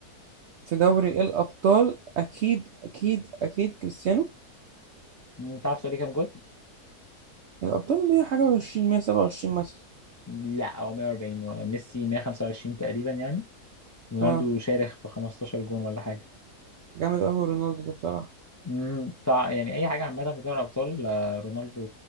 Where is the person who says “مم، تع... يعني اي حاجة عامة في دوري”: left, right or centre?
Left